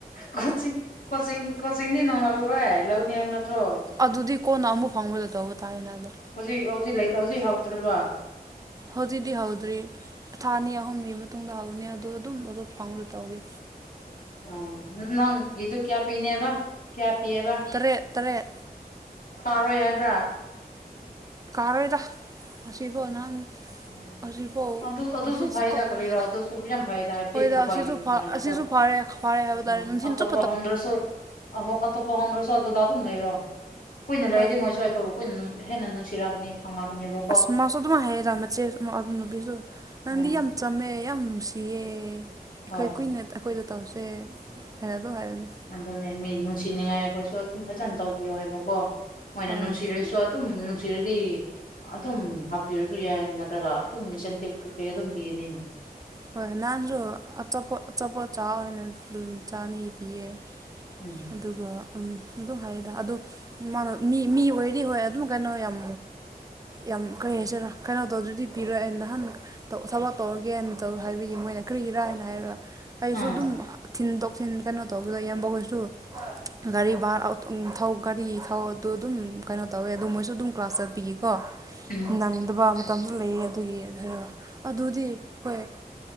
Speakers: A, on the left; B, on the right.
A: ꯀꯣꯆꯤꯡ ꯀꯣꯆꯤꯡ ꯀꯣꯆꯤꯡꯗꯤ ꯅꯪ ꯂꯧꫪꯣꯏ ꯂꯧꯅꯤ ꯍꯥꯏꯕ ꯅꯠꯇ꯭ꯔꯣ
B: ꯑꯗꯨꯗꯤ ꯀꯣꯟꯅ ꯑꯃꯨꯛ ꯐꯪꯕꯗꯣ ꯇꯧꯕ ꯇꯥꯋꯦꯅ ꯑꯗꯣ
A: ꯍꯧꯖꯤꯛ ꯍꯧꯖꯤꯛ ꯍꯧꯖꯤꯛ ꯍꯥꯎꯇꯔꯕ
B: ꯍꯧꯖꯤꯛꯗꯤ ꯍꯧꯗ꯭ꯔꯤ ꯊꯥ ꯑꯅꯤ ꯑꯍꯨꯝꯒꯤ ꯃꯇꯨꯡꯗ ꯍꯧꯅꯤ ꯑꯗꯨ ꯑꯗꯨꯝ ꯑꯗꯨ ꯐꯪꯗ ꯇꯧꯒꯦ
A: ꯑꯣ ꯅꯪꯒꯤꯗꯨ ꯀꯌꯥ ꯄꯤꯅꯦꯕ ꯀꯌꯥ ꯄꯤꯌꯦꯕ
B: ꯇꯔꯦꯠ ꯇꯔꯦꯠ
A: ꯇꯥꯔꯣꯏ ꯍꯥꯏꯕ꯭ꯔꯥ
B: ꯀꯥꯔꯣꯏꯗ ꯑꯁꯤꯕꯣ ꯅꯍꯥꯟ
A: ꯎꯝ
B: ꯑꯁꯤ ꯐꯥꯎ
A: ꯑꯗꯨ ꯑꯗꯨꯁꯨ
B: ꯑꯁꯤ
A: ꯐꯩꯗ
B: ꯁꯨꯀꯥꯎꯔ‌ꯦꯏ
A: ꯀꯔꯤꯔꯣ ꯑꯗꯨꯁꯨ ꯌꯥꯝ ꯐꯩꯗ ꯍꯥꯏꯕꯗꯤ
B: ꯍꯣꯏꯗ
A: ꯊꯕꯛꯀꯤ
B: ꯑꯁꯤꯁꯨ
A: ꯃꯇꯨꯡ
B: ꯐ
A: ꯏꯟꯅꯀꯣ
B: ꯑꯁꯤꯁꯨ ꯐꯔꯦ ꯈꯔꯦ ꯍꯥꯏꯕ
A: ꯎꯝ
B: ꯇꯔ‌ꯦ ꯅꯨꯡꯊꯤꯜꯆꯨ
A: ꯑꯇꯣꯞꯄ ꯍꯣꯝꯗ꯭ꯔꯁꯨ ꯑ ꯑꯇꯣꯞꯄ ꯍꯣꯗ꯭ꯔꯁꯨ ꯑꯗꯨꯗ ꯑꯗꯨꯝ ꯂꯩꯔꯣ꯫ ꯀꯨꯏꯅ ꯂꯩꯔꯗꯤ
B: ꯍꯣꯏ
A: ꯃꯣꯏꯁꯨ ꯑꯩꯈꯣꯏꯕꯨ ꯀꯨꯏꯅ ꯍꯦꯟꯅ ꯅꯨꯡꯁꯤꯔꯛꯀꯅꯤ ꯈꯪꯂꯛꯒꯅꯦꯕ
B: ꯑꯁ ꯃꯁꯨ ꯑꯗꯨꯃꯥꯏ ꯍꯥꯌꯦꯗ ꯃꯆꯦ ꯑꯗꯨꯅꯕꯤꯗꯨ ꯅꯪꯗꯤ
A: ꯎꯝ
B: ꯌꯥꯝ꯫ ꯆꯝꯃꯦ ꯌꯥꯝ ꯅꯨꯡꯁꯤꯌꯦ ꯑꯩꯈꯣꯏ
A: ꯍꯣꯏ
B: ꯀꯨꯏꯅ ꯑꯩꯈꯣꯏꯗ ꯇꯥꯎꯁꯦ ꯐꯦꯔꯗꯨ ꯍꯥꯏꯅꯦ꯫
A: ꯑꯗꯨꯅꯦ ꯃꯤ ꯅꯨꯡꯁꯤꯅꯤꯡꯉꯥꯏ ꯑꯩꯈꯣꯏꯁꯨ ꯑꯗꯨꯝ ꯐꯖꯅ ꯇꯧꯕꯤꯌꯣ ꯍꯥꯏꯕꯀꯣ ꯃꯣꯏꯅ
B: ꯍꯣꯏ
A: ꯅꯨꯡꯁꯤꯔꯁꯨ ꯑꯗꯨꯝ ꯅꯨꯡꯁꯤꯔꯗꯤ ꯑꯗꯨꯝ ꯍꯥꯞꯄꯤꯔꯁꯨ ꯌꯥꯏ ꯅꯠꯇ꯭ꯔꯒ ꯑꯗꯨꯝꯁꯟ ꯀꯩꯀꯩ ꯑꯗꯨꯝ ꯄꯤꯅꯤꯅ
B: ꯍꯣꯏ ꯅꯍꯥꯟꯁꯨ ꯑꯆꯥꯄꯣꯠ ꯑꯆꯥꯄꯣꯠꯆꯥ ꯑꯣꯏꯅ ꯆꯥꯅꯤ ꯕꯤꯌꯦ
A: ꯎꯝ
B: ꯑꯗꯨꯒ ꯎ ꯑꯗꯨ ꯍꯥꯏꯌꯦꯗ ꯑꯗꯣ ꯃꯥ ꯃꯤ ꯃꯤ ꯑꯣꯏꯔꯤ ꯍꯣꯏ ꯑꯗꯨꯝ ꯀꯩꯅꯣ ꯌꯥꯝ ꯌꯥꯝ ꯀꯔꯤ ꯍꯥꯏꯁꯤꯔ ꯀꯩꯅꯣ ꯇꯧꯗꯔꯗꯤ ꯄꯤꯔꯣꯏ ꯑꯩ ꯅꯍꯥꯟ ꯊꯕꯛ ꯇꯧꯔꯒꯦꯅꯧ ꯍꯥꯏꯕꯒꯤ ꯃꯣꯏꯅ ꯀꯔꯤꯒꯤꯔꯥ ꯍꯥꯏꯅ ꯍꯥꯏꯔꯒ ꯑꯩꯁꯨ
A: ꯎꯝ
B: ꯑꯗꯨꯝ ꯊꯤꯟ ꯇꯣꯛ ꯊꯤꯟ ꯀꯩꯅꯣ ꯇꯧꯕꯗꯣ ꯏꯌꯥꯝꯕꯈꯩꯁꯨ
A: ꯑ
B: ꯒꯥꯔꯤ ꯚꯥꯔ ꯊꯧ ꯒꯥꯔꯤ ꯊꯧ ꯑꯗꯨ ꯑꯗꯨꯝ ꯀꯩꯅꯣ ꯇꯧꯋꯦ ꯑꯗꯨ ꯃꯣꯏꯁꯨ ꯑꯗꯨꯝ ꯀ꯭ꯂꯥꯁ ꯆꯠꯄꯤꯌꯦꯀꯣ
A: ꯎꯝ
B: ꯅꯪꯗꯕ ꯃꯇꯝꯁꯨ ꯂꯩꯌꯦ ꯑꯗꯨꯒꯤꯔ ꯑꯗꯨꯗꯤ ꯍꯣꯏ